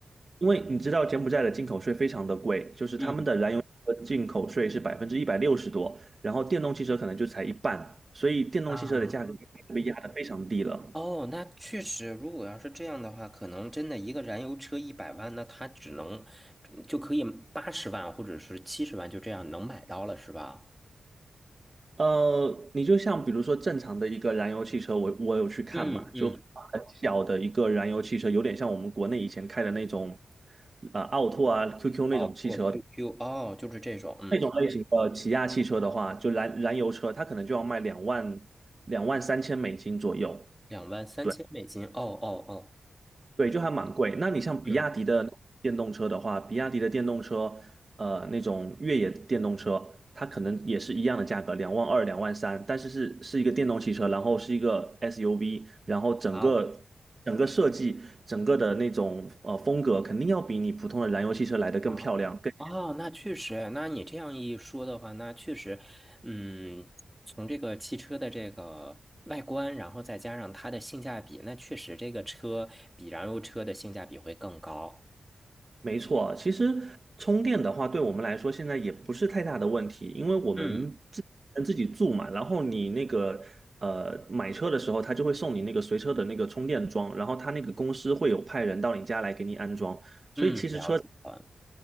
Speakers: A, on the right (about 35°); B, in the centre.
A: 因为你知道柬埔寨的进口税非常的贵，就是他们的燃油车进口税是百分之一百六十多，
B: 嗯
A: 然后电动汽车可能就才一半，所以电动汽车的价格被压得非常低了。
B: 啊，哦，那确实，如果要是这样的话，可能真的一个燃油车一百万，那它只能就可以八十万或者是七十万，就这样能买到了，是吧？
A: 呃，你就像比如说正常的一个燃油汽车，我我有去看嘛，
B: 嗯嗯，
A: 就很小的一个燃油汽车，有点像我们国内以前开的那种，啊，奥拓啊、QQ 那种汽车，
B: 哦，做 QQ，哦，就是这种，嗯，
A: 那种类型的起亚汽车的话，就燃燃油车，它可能就要卖两万两万三千美金左右。
B: 两万三千美金，
A: 对。
B: 哦哦哦，
A: 对，就还蛮贵。那你像比亚迪的电动车的话，
B: 嗯，
A: 比亚迪的电动车，呃，那种越野电动车，它可能也是一样的价格，两万二、两万三，但是是是一个电动汽车，然后是一个 SUV，然后整个整个设计、
B: 哇哦
A: 整个的那种呃风格，肯定要比你普通的燃油汽车来的更漂亮。
B: 哇哦，
A: 更。
B: 哦，那确实，那你这样一说的话，那确实，嗯，从这个汽车的这个外观，然后再加上它的性价比，那确实这个车比燃油车的性价比会更高。
A: 没错，其实充电的话，对我们来说现在也不是太大的问题，因为我们自自己住嘛，
B: 嗯
A: 然后你那个呃买车的时候，他就会送你那个随车的那个充电桩，然后他那个公司会有派人到你家来给你安装，所以其实车。
B: 嗯，了解了，